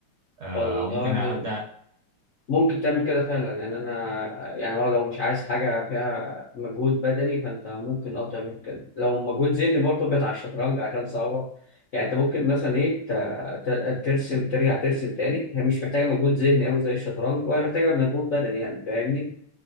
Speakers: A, on the right (about 65°); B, on the left (about 60°).
A: آه،
B: والله
A: أو ممكن أبدأ
B: ممكن تعمل كده فعلا يعني انا يعني هو لو مش عايز حاجه فيها مجهود بدني فانت ممكن اه تعمل كده لو مجهود ذهني برضه بتاع الشطرنج عشان صعبه يعني انت ممكن مثلا ايه ت- ت- ترسم ترجع ترسم تاني هي مش محتاجه مجهود ذهني قوي زي الشطرنج ولا محتاجه مجهود بدني يعني فاهمني